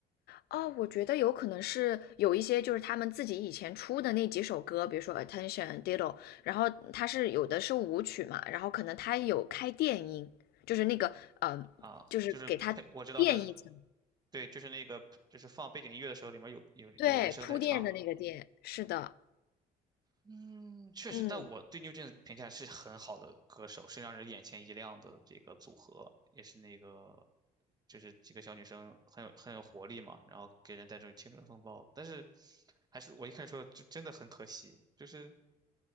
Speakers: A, on the left; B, on the right.
A: 哦，我觉得有可能是有一些就是他们自己以前出的那几首歌，比如说《Attention》、《Diddle》，然后它是有的是舞曲嘛，然后可能它有开电音，就是那个嗯呃，
B: 啊，
A: 就是给它垫一层，
B: 就是配，我知道这，对，就是那个，就是放背景音乐的时候，里面有有有人声在唱。
A: 对，铺垫的那个垫，是的。
B: 嗯，确实，
A: 嗯
B: 但我对 n e w 评价是很好的歌手，是让人眼前一亮的这个组合，也是那个，就是几个小女生很有很有活力嘛，然后给人带这种青春风暴。但是，还是我一开始说，就真的很可惜，就是